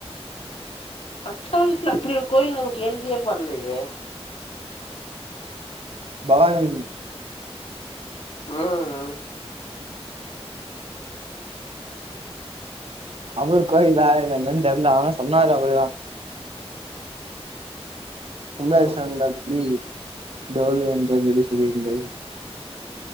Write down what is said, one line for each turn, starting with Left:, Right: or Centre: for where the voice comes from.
Left: பச்சாளயத்துல அப்டி ஒரு கோயில் நாங்க கேள்வியே பட்லயே
Right: பவானி
Left: ம்
Right: அவர் கோயிலா இல்ல என்னன் தெர்ல ஆனா சொன்னாரு அப்டி தா கும்பாவிசேகன்டா
Left: ம்
Right: தம்பி <unintelligible> சொல்லி சொல்லிட்ருந்தாரு